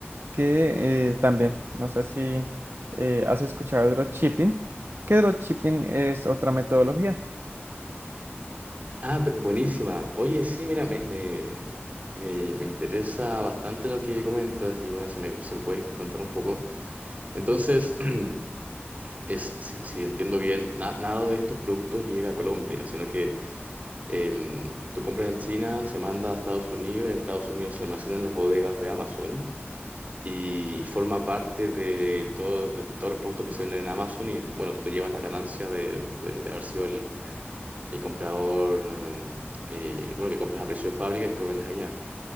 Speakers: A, on the right; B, on the right.
A: que eh, también, no sé si eh, has escuchado de dropshipping, que dropshipping es otra metodología.
B: Ah, pe- buenísima. Oye, sí, mira, me, me, me, me interesa bastante lo que comentas y bueno, si me, si me puedes contar un poco. Entonces, <clears throat> es, si, si entiendo bien, na- nada de estos productos llega a Colombia, sino que em, tú compras en China, se manda a Estados Unidos, en Estados Unidos se almacena en las bodegas de Amazon y forma parte de, todo, de todos los productos que se venden en Amazon y bueno, tú te llevas la ganancia de, de- de haber sido el, el comprador, em, eh, bueno, que compras a precio de fábrica y después vendes allá.